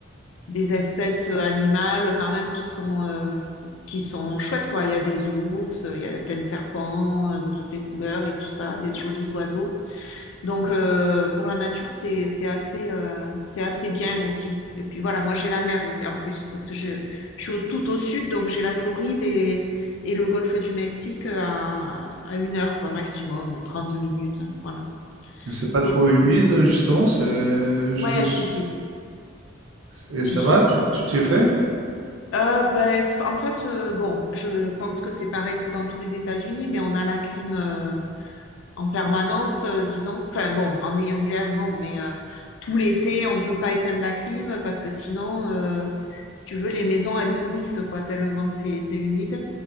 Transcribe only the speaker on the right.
c'est pas trop
humide, justement? C'est je
me sou
et
ça va? Tu tu t'y es fait?